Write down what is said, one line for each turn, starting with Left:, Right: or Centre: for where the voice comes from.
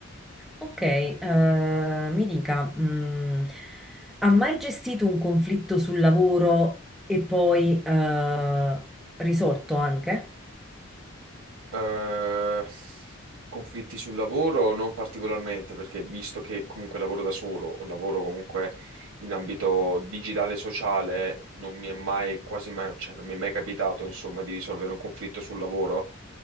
Centre: Ok, eh, mi dica, mm, ha mai gestito un conflitto sul lavoro e poi eh, risolto anche?
Right: Eh, conflitti sul lavoro non particolarmente, perché visto che comunque lavoro da solo o lavoro comunque in ambito digitale e sociale, non mi è mai quasi mai, cioè non mi è mai capitato, insomma, di risolvere un conflitto sul lavoro.